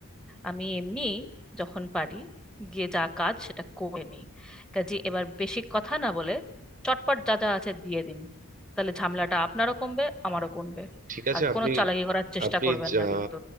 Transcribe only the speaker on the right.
ঠিক আছে
আপনি
আপনি
যা